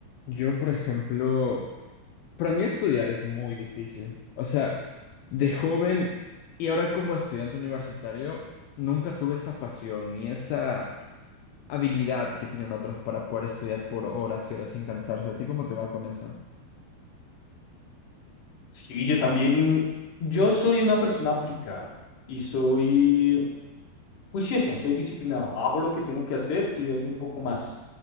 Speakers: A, on the left; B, on the left.
A: Yo, por ejemplo, para mí estudiar es muy difícil. O sea, de joven y ahora como estudiante universitario, nunca tuve esa pasión ni esa habilidad que tienen otros para poder estudiar por horas y horas sin cansarse. ¿A ti cómo te va con eso?
B: Sí, yo también, yo soy una persona aplicada y soy juicioso, soy disciplinado, hago lo que tengo que hacer y doy un poco más,